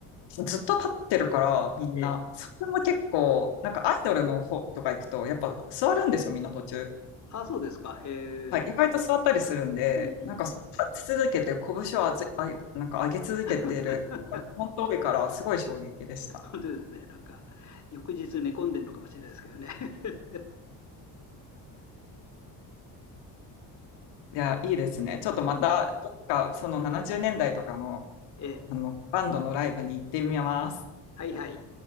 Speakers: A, on the left; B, on the left.
A: ずっと立ってるからみんな、
B: ええ。
A: それも結構なんかアイドルの方とか行くとやっぱ座るんですよみんな途中。
B: あ、そうですか。へえ。
A: はい、意外と座ったりするんで、
B: うんうんうん。
A: なんかその立ち続けて拳をあず、あ、なんか上げ続けている、
B: <laughs>
A: なんか本当多いからすごい衝撃でした。
B: 本当ですね。なんか、翌日寝込んでるのかもしれないですけどね。<laughs>
A: いや、いいですね。ちょっとまた、
B: うん。
A: どっか、その70年代とかの、
B: <laughs> ええ。
A: あの、バンドのライブに行ってみます。
B: はいはい。